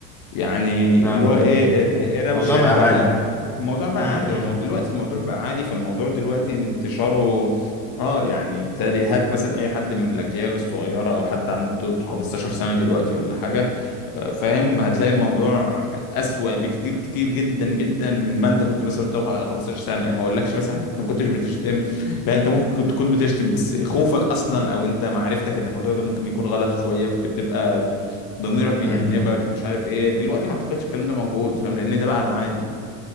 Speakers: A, on the left (about 55°); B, in the centre.
A: يعني
B: فاهمك
A: اللي هو ايه
B: امم امم،
A: إيه
B: امم.
A: إيه، روشنه
B: الموضوع بقى
A: بقى
B: عادي
A: الموضوع بقى
B: امم
A: عادي
B: امم
A: هو الموضوع دلوقتي الموضوع بقى عادي فالموضوع دلوقتي انتشاره اه يعني بالتالي هات مثلا اي حد من الاجيال الصغيره او حد عنده 15 سنه دلوقتي ولا حاجه آه، فاهم هتلاقي الموضوع اسوأ بكتير كتير جدا جدا من ما انت كنت مثلا بتاخد 15 سنه يعني ما اقولكش مثلا حتى انت ما كنتش بتشتم لا انت ممكن كنت تكون بتشتم بس خوفك اصلا او انت معرفتك ان الموضوع ده ممكن يكون غلط شويه كنت بتبقى ضميرك بيأنبك
B: امم امم،
A: مش عارف ايه دلوقتي ما اعتقدش الكلام ده موجود فاهم لان ده بقى العادي